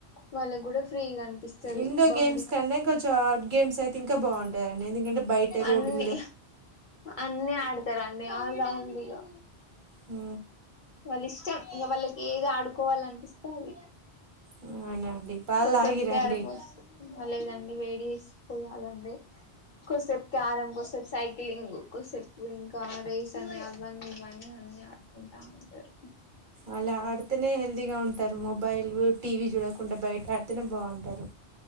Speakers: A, on the left (about 50°); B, on the right (about 55°).
A: వాళ్ళకి కూడా ఫ్రీగా అనిపిస్తది
B: ఇండోర్
A: బాడీ
B: గేమ్స్ కన్నా కొంచెం అవుట్ గేమ్స్ అయితే ఇంకా బాగుంటదండి ఎందుకంటే బయట రోడ్డు
A: అన్ని అన్ని ఆడు <unintelligible> ఆల్ రౌండ్ ఇగా
B: హు
A: వాళ్ళ ఇష్టం ఇంకా వాళ్ళకి ఏది ఆడుకోవాలి అనిపిస్తే అది
B: అవునండి పాలు
A: కొసేపు
B: తాగిరండి
A: క్యారం బోర్డ్స్ వాళ్లు ఏది అం వేడి చేసి పోయాలండి కొసేపు క్యారం కొసేపు సైక్లింగ్ కొసేపు ఇంకా రేస్ అని అవన్నీ ఇవన్నీ అన్ని ఆడుకుంటా టరు
B: అలా ఆడితేనే హెల్తీగా ఉంటారు మొబైల్ టీవీ చూడకుండా బయట ఆడితేనే బాగుంటారు.